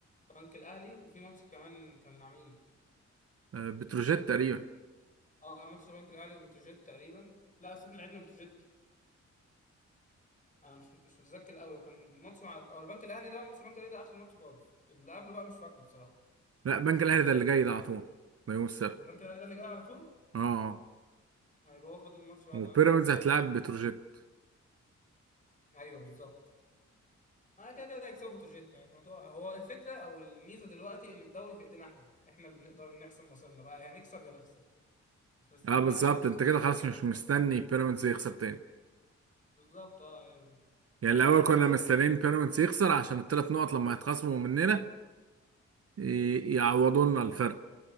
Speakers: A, on the left (about 25°); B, on the right (about 55°).
A: بنك الاهلي وفي ماتش كمان كان مع مين
B: آه، بتروجيت
A: اه
B: تقريبا
A: آه، ماتش بنك الاهلي وبتروجيت تقريبا لا بس احنا لعبنا بتروجيت انا مش مش متذكر قوي هو كان ماتش مع او البنك الاهلي ده ماتش البنك الاهلي ده اخر ماتش خالص اللي قبله بقى مش فاكره بصراحه
B: لا بنك الاهلي ده اللي جاي ده على طول ده يوم السبت
A: البنك الاهلي ده اللي جاي على طول
B: اه آه.
A: هيبقى هو فاضل الماتش بقى
B: وبيراميدز
A: اللي انا مش فاكره
B: هتلعب بتروجيت
A: ايوه بالظبط انا كده كده هيكسبوا بتروجيت يعني الموضوع هو الفكره او الميزه دلوقتي ان الدوري في ايدينا احنا احنا اللي نقدر نحسم مصيرنا بقى يا هنكسب يا نخسر مش مستنيين
B: اه بالظبط
A: بقى فرقه تخسر
B: انت كده
A: او
B: خلاص
A: فرقه
B: مش
A: تكسب
B: مستني
A: وكده.
B: بيراميدز يخسر تاني
A: بالظبط اه يعني
B: يعني
A: المشكله
B: الاول
A: بقت
B: كنا
A: اسهل
B: مستنيين بيراميدز يخسر عشان الثلاث نقط لما يتخصموا مننا ي- يعوضوا لنا الفرق